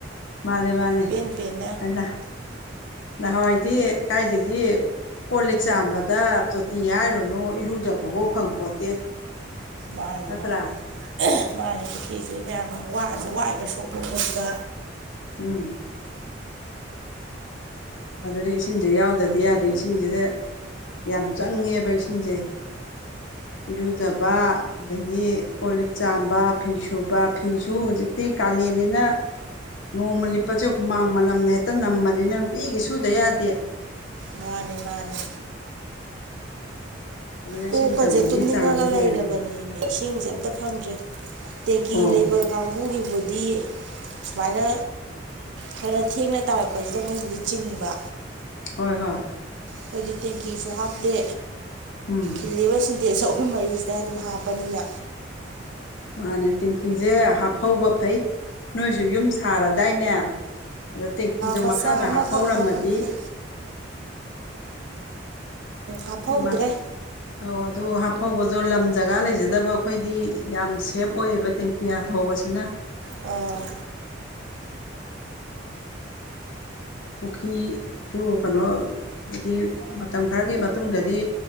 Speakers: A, on the left; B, on the right.
A: ꯃꯥꯅꯦ ꯃꯥꯅꯦ
B: ꯄꯦꯟ ꯄꯦꯟꯅ
A: ꯊꯥꯏꯅ ꯅꯍꯥꯟꯋꯥꯏꯗꯤ ꯀꯥꯏꯗꯒꯤ ꯀꯣ ꯂꯤꯛ ꯆꯥꯝꯕꯗ ꯇꯣꯇꯤ ꯍꯥꯏꯔꯨꯅꯨ ꯏꯔꯨꯖꯐꯧꯕ ꯐꯪꯄꯣꯠꯇꯦ
B: ꯃꯥꯅꯤ
A: ꯅꯠꯇ꯭ꯔꯥ
B: ꯃꯥꯅꯤ ꯃꯥꯅꯤ ꯄꯨꯈ꯭ꯔꯤꯁꯤ ꯃꯌꯥꯝ ꯋꯥꯁꯨ ꯋꯑꯦꯕ ꯁꯣꯛꯄ ꯈꯣꯠꯄ
A: ꯎꯝ ꯑꯗꯨꯔꯤ ꯏꯁꯤꯡꯁꯦ ꯌꯥꯎꯗꯗꯤ ꯌꯥꯗꯦ ꯏꯁꯤꯡꯁꯤꯗ ꯌꯥꯝ ꯆꯪꯉꯦꯕ ꯏꯁꯤꯡꯁꯦ ꯏꯔꯨꯖꯕ ꯑꯗꯒꯤ ꯀꯣꯜ ꯂꯤꯛ ꯆꯥꯝꯕ ꯐꯤ ꯁꯨꯕ ꯐꯤꯁꯨ ꯍꯧꯖꯤꯛꯇꯤ ꯀꯥꯂꯦꯟꯅꯤꯅ ꯅꯣꯡꯃ ꯂꯤꯠꯄꯁꯦ ꯍꯨꯃꯥꯡ ꯃꯅꯝꯅ ꯍꯦꯛꯇ ꯅꯝꯕꯅꯤꯅ ꯅꯨꯡꯇꯤꯒꯤ ꯁꯨꯗ ꯌꯥꯗꯦ
B: ꯃꯥꯅꯤ ꯃꯥꯅꯤ
A: ꯑꯗꯨꯅ ꯏꯁꯤꯡ
B: ꯀꯣꯛꯀꯁꯦ
A: ꯆꯪꯕꯒꯤ
B: ꯇꯨꯝꯅꯤꯡꯉꯒ
A: ꯆꯥꯡꯁꯨ ꯍꯦꯜꯂꯦ
B: ꯂꯩꯔꯕꯅꯦꯃꯦ ꯏꯁꯤꯡꯁꯦ ꯑꯝꯇ ꯐꯪꯗ꯭ꯔꯦ ꯇꯦꯡꯀꯤ
A: ꯑꯣ
B: ꯂꯩꯕ ꯌꯥꯝꯕꯨꯡꯒꯤꯕꯨꯗꯤ ꯁꯨꯃꯥꯏꯅ ꯈꯔ ꯊꯦꯡꯅ ꯇꯥꯔꯛꯄꯖꯤꯗ ꯃꯣꯏꯒꯤꯗꯤ ꯆꯤꯡꯕ
A: ꯍꯣꯏ ꯍꯣꯏ
B: ꯈꯣꯏꯗꯤ ꯇꯦꯡꯀꯤꯁꯨ ꯍꯥꯞꯗꯦ
A: ꯎꯝ
B: ꯈꯤꯜꯂꯤꯕ ꯁꯤꯟꯇꯦꯁ ꯑꯍꯨꯝ ꯃꯔꯤꯖꯤꯗ ꯑꯗꯨꯝ ꯍꯥꯞꯄꯅꯤꯅ
A: ꯃꯥꯅꯦ ꯇꯦꯡꯀꯤꯖꯦ ꯍꯥꯞꯐꯧꯕ ꯐꯩ ꯅꯣꯏꯁꯨ ꯌꯨꯝ ꯁꯥꯔꯗꯥꯏꯅꯦ ꯑꯗ ꯇꯦꯡꯀꯤꯗꯣ
B: ꯃꯆꯥ
A: ꯃꯈꯥꯗ
B: ꯑꯃꯈꯛ
A: ꯍꯥꯞꯐꯧꯔꯝꯃꯗꯤ
B: ꯍꯥꯞꯄꯅꯤꯗ
A: ꯏ ꯇꯦꯡꯀꯤ
B: ꯍꯥꯞꯐꯧꯗ꯭ꯔꯦ
A: ꯃꯆꯥꯠ__ ꯑꯧ ꯑꯗꯣ ꯍꯥꯐꯧꯕꯗꯣ ꯂꯝ ꯖꯒꯥ ꯂꯩꯖꯗꯕ ꯑꯩꯈꯣꯏꯗꯤ ꯌꯥꯝ ꯁꯦꯞ ꯑꯣꯏꯌꯦꯕ ꯇꯦꯡꯀꯤ__ ꯌꯥ ꯐꯧꯕꯁꯤꯅ
B: ꯑꯥ
A: ꯄꯨꯈꯤꯖꯨ ꯀꯅꯣ ꯍꯥꯏꯗꯤ ꯃꯇꯝ ꯈꯔꯒꯤ ꯃꯇꯨꯡꯗꯗꯤ